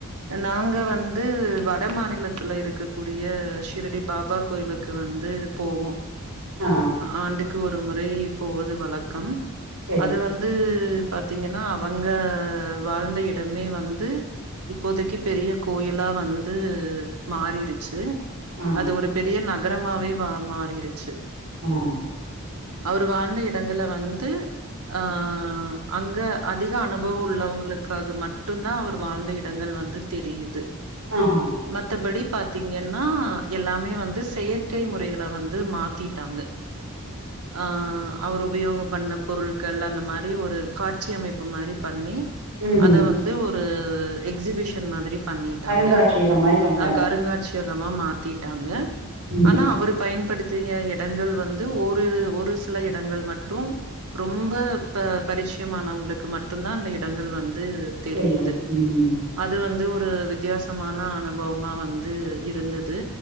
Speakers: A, on the right (about 90°); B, on the right (about 65°).
A: நாங்க வந்து வட மாநிலத்துல இருக்க கூடிய ஷிரடி பாபா கோயிலுக் க்கு வந்து போவோ
B: ஆ
A: ஆண்டுக்கு ஒரு முறை போவது வழக்கம்
B: செரி
A: அது வந்து பாத்தீங்கனா அவங்க வாழ்ந்த இடமே வந்து இப்போதைக்கு பெரிய கோயிலா வந்து மாறிருச்சு
B: ஆ
A: அது ஒரு பெரிய நகரமாவே வா மாறிருச்சு
B: ம்
A: அவரு வாழ்ந்த இடங்கள வந்து ஆ அங்க அதிக அனுபவ உள்ளவங்களுக்காக மட்டுந்தா அவர் வாழ்ந்த இடங்கள் வந்துத் தெரியுது
B: ஆ ஆ
A: மத்தபடி பாத்தீங்கன்னா எல்லாமே வந்து செயற்கை முறையில வந்து மாத்திட்டாங்க ஆ அவரு உபயோக பண்ண பொருள் கள் அந்த மாரி ஒரு காட்சி அமைப்பு மாரி பண்ணி
B: ம்
A: அத வந் து ஒரு எக்ஸிபிஷன் மாதிரி பண்ணிட்டாங்க
B: அருங்காட்சியகம் மாதிரி பண்ணிட்டாங்க
A: அ கருங்காட்சி யகமா மாத்திட்டாங்க
B: ம்
A: ஆனா அவருப் பயன்படுத் த்திய இடங்கள் வந்து ஒரிரு ஒரு சில இடங்கள் மட்டு ரொம்ப ப பரிச்சியமானவங்ளுக்கு மட்டுந்தா அந்த இடங்கள் வந்து தெரியிது
B: தெரியாது ம்
A: அது வந்து ஒரு வித்யாசமான அனுபவமா வந்து இருந்தது